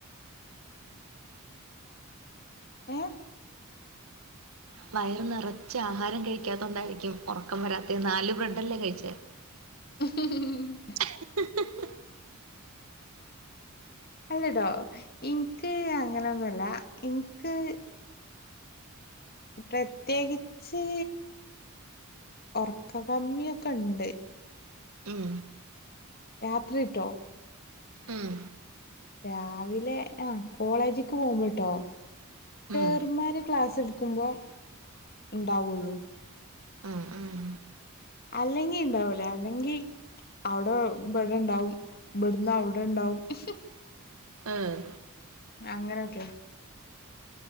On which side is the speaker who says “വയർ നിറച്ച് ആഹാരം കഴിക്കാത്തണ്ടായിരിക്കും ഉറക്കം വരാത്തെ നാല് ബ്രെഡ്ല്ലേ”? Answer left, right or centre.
Right